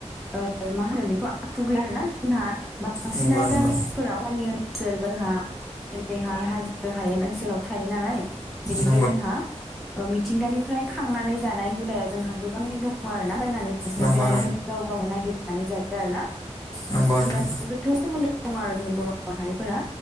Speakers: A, in the centre; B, on the left.
A: ओ मा होनो बेखौ आखु गैया आरोना जोंहा बांसिना
B: नंगौ नंगौ
A: गामिफोराव गामि ओनसोल जोंहा ओरैहाय हाजो हायेन ओनसोलाव थायो नालाय बेनिफ्राय
B: नंगौ
A: जोंहा ओ मिथिंगानिफ्राय खांनानै जानाय हुदाया जोंहा गोबाङैनो दङ आरोना बायनानै <inaudible>
B: नंगौ
A: गावनो नागिरनानै जायो आरोना
B: नंगौ नोंथां
A: <inaudible> गोथौ सोमोन्दो दं आरो जोंनि बर' माहारिफोरा